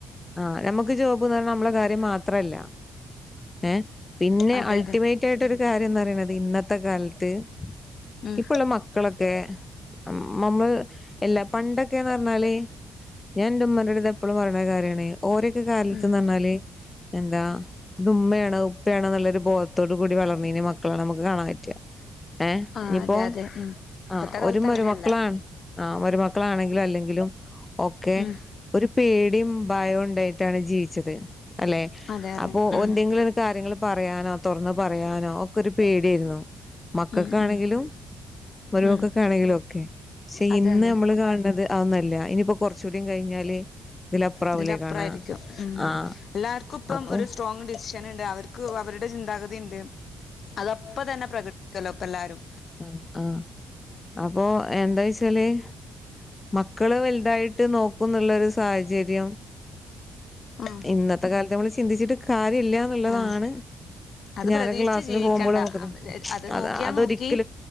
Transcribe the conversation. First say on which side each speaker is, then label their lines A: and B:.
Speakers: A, on the left; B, on the left.
A: ആഹ് നമുക്ക് ജോബ്ന്ന് പറയ്ണത് നമ്മളെ കാര്യം മാത്രല്ല ഏഹ് പിന്നെ
B: അതെ
A: അൾട്ടിമേയ്റ്റ്ട്ടായിട്ടൊരു
B: അതെ
A: കാര്യന്ന് പറയ്ണത് ഇന്നത്തെ കാലത്ത്
B: ഉം
A: ഇപ്പള്ള മക്കളൊക്കെ മ് നമ്മൾ എല്ലാ പണ്ടെക്കെന്ന്റ്ഞ്ഞാല് ഞാനെന്റെ ഉമ്മാന്റെട്ത്ത് എപ്പളും പറയ്ണ കാര്യാണ് ഓരൊക്കെ കാലത്ത്ന്ന്
B: ഉം
A: പറ്ഞ്ഞാല് എന്താ ഇത് ഉമ്മയ ണ് ഉപ്പയാണ്ന്ന്ള്ളൊരു ബോധത്തോട് കൂടി വളർന്നീനെ മക്കളാണ് നമുക്ക് കാണാൻ പറ്റാ ഏഹ്
B: ആഹ്
A: ഇനിയിപ്പോ
B: അതെ അതെ ഉം ഇപ്പത്തെ
A: ആഹ്
B: കാലത്ത്
A: ഒരുമരുമക്കളാൺ
B: അങ്ങനെയല്ല
A: ആ മരുമക്കളാണങ്കിലുംഅല്ലെങ്കിലും ഓക്കെ
B: ഉം
A: ഒരു പേടിം ഭയൊം ഇണ്ടായിട്ടാണ് ജീവിച്ചത് അല്ലെ
B: അതെ അതെ
A: അപ്പൊ
B: ഉം
A: ഒന്തെങ്കിലൊര് കാര്യങ്ങള് പറയാനോ തൊറ്ന്ന് പറയാനോ ഒക്കൊര് പേടിയേര്ന്നു മക്കക്കാണങ്കിലും
B: ഉം ഉം
A: മരുമക്കക്കാണങ്കിലൊക്കെ
B: ഉം
A: പക്ഷേ
B: അതെ
A: ഇന്ന്
B: അതെ
A: നമ്മള് കാൺണത് അതൊന്നല്ല ഇനിയിപ്പ കൊർച്ചുടിം കഴിഞ്ഞാല് ഇതിലപ്പുറാവൂലേ
B: ഇതിന്റെ അപ്പറായ്രിക്കും
A: കാണാ
B: ഉം
A: ആഹ്
B: എല്ലാർക്കു ഇപ്പം
A: അപ്പൊ
B: ഒരു സ്ട്രോങ് ഡിഷ് ക്കന്ണ്ട് അവര്ക്ക് അവര്ടെ ചിന്താഗതി ഇണ്ട് അതപ്പ തന്നെ പ്രകടിക്കല്ലോ ഇപ്പല്ലാരും
A: ഉം ആഹ് അപ്പൊ എന്തയ്ച്ചാല് മക്കള് വൽതായ്ട്ട് നോക്കുന്ന്ള്ളൊരു സാഹചര്യം
B: ഉം
A: ഇന്നത്തെ കാൽത്ത് നമ്മള് ചിന്തിച്ചിട്ട് കാര്യല്ലാന്ന്ള്ളതാണ്
B: ആഹ് അത്
A: പ്പ ഞാനൊക്കെ
B: പ്രതീക്ഷിച്ച്
A: ക്ലാസ്സിന്
B: ജീവിക്കണ്ട
A: പോവുമ്പോള് നോക്ക്ന്ന്
B: അത്
A: അതാ
B: നോക്കിയാ
A: അതൊരിക്കലും
B: നോക്കി